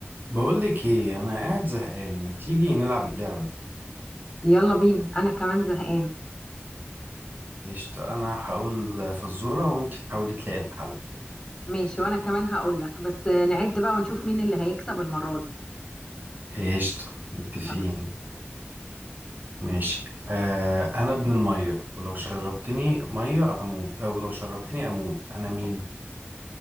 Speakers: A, on the right; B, on the left.
A: بقول لك ايه انا قاعد زهقان ما تيجي نلعب اللعبه
B: يلا بينا انا كمان زهقان
A: قشطه انا هقول فزوره وانت تحاولي تلاقي الحل
B: ماشي وانا كمان هقول لك بس نعد بقى ونشوف مين اللي هيكسب المرة دي
A: قشطه متفقين
B: يلا
A: ماشي آه انا ابن الميه ولو شربتني ميه اموت او لو شربتني اموت انا مين